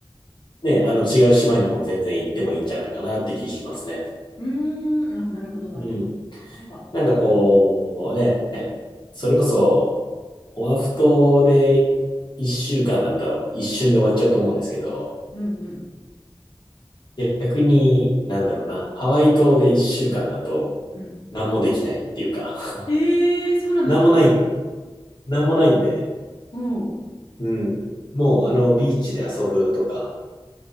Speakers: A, on the left; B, on the left.
A: ね、あの違う島にも全然行ってもいいんじゃないかなって気しますね。
B: うーん、あ、なるほど、なるほど。
A: うん。
B: なんか、
A: なんかこうね、それこそ、オアフ島で1週間だったら一瞬で終わっちゃうと思うんですけど、
B: うん、うん、
A: 逆に、なんだろうな、ハワイ島で1週間だと、
B: うん。
A: 何もできないっていうか、
B: ええーそうなんですか。
A: <laughs> 何もないんで、何もないんで、
B: おう。
A: うん。もう、あの、ビーチで遊ぶとか、